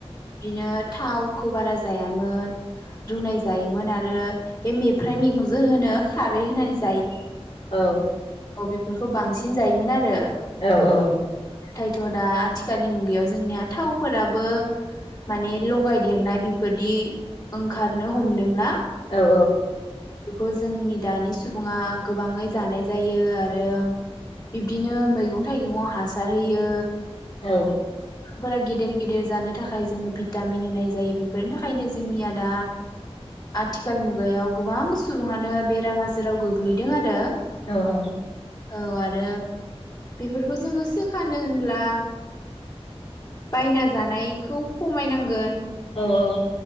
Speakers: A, on the left; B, on the left.
A: दिनो थावखौ बारा जायामोन रुनाय जायोमोन आरो बे मेफ्राइ मैगं जे होनो खारै होनानै जायो।
B: औ।
A: औ बेफोरखौ बांसिन जायोमोन आरो।
B: औ औ।
A: नाथायथ' दा आथिखालनि मुगायाव जोंनिया थावफोराबो माने लगायदेरनाय बेफोरदि ओंखारनो हमदोंना।
B: औ।
A: बेखौ जोंनि दानि सुबुङा गोबाङै जानाय जायो आरो बिब्दिनो मैगं थाइगंआव हासार होयो।
B: औ।
A: फोरा गेदेर गेदेर जानो थाखाय जोङो भिटामिन होनाय जायो बेफोरनि थाखायनो जोंनिया दा आथिखाल मुगायाव गोबां सुबुङानो बेराम आजाराव गोग्लैदों आरो।
B: औ औ।
A: औ आरो बेफोरखौ जोङो सोखानो होनब्ला बायना जानायखौ खमायनांगोन।
B: औ औ।